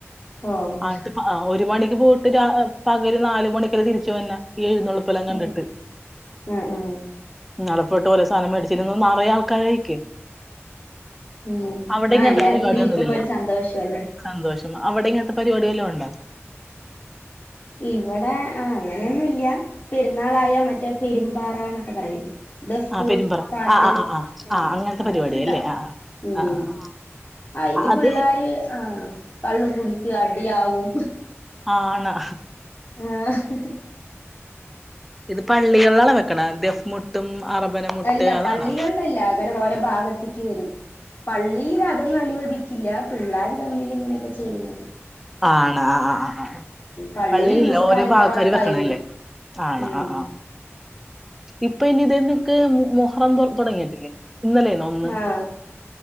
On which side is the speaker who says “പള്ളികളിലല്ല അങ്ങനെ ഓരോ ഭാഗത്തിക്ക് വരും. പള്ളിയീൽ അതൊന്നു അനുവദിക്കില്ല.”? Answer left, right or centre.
Left